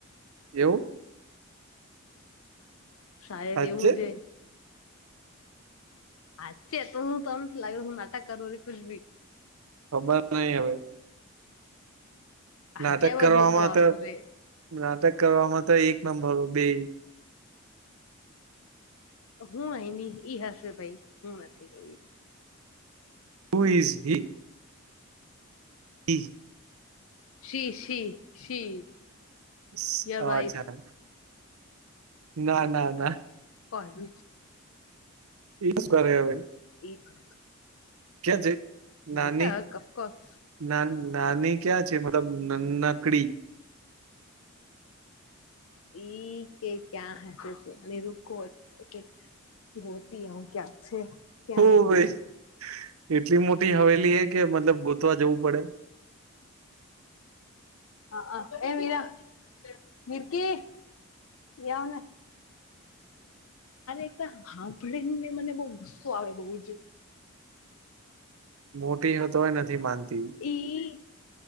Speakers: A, on the right; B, on the left.
A: એવું.
B: શાય
A: સાચે
B: દેવું છે. હાચ તો હું તણ લાગે હું નાટક કરું ર કછ બી
A: ખબર નહી હવે
B: હાચે
A: નાટક
B: અવાજ
A: કરવામાં
B: નહોતો આવતો
A: તો
B: રે
A: નાટક કરવામાં તો એક નંબર બે
B: હું એની ઈ હશે ભાઈ હું નથી એવી
A: હુ ઇઝ હી જી
B: શી, શી, શી.
A: હ,
B: યોર
A: ચાલ.
B: વાઈફ
A: ના, ના, ના.
B: કોલેજ.
A: એ શું કર્યા આવે?
B: એ જ.
A: કેમ છે?
B: નાટક,
A: નાની
B: અફકોસ.
A: ના, નાની ક્યાં છે? મતલબ નાનકડી.
B: ઈ કે ક્યાં હસે છે, અને રખવું કે. હોતી હું ક્યા છે? ક્યાં
A: હો
B: હે ખબર
A: ભાઈ, એટલી મોટી હવેલી હે કે મતલબ ગોતવા જવું પડે.
B: હા હા એ મીરા મર્કીી વને <inaudible> આ એકાદ સાંભળીને મને બહુ ગુસ્સો આવે બઉુ જ.
A: મોટી હોય, તોય નથી માનતી.
B: એ.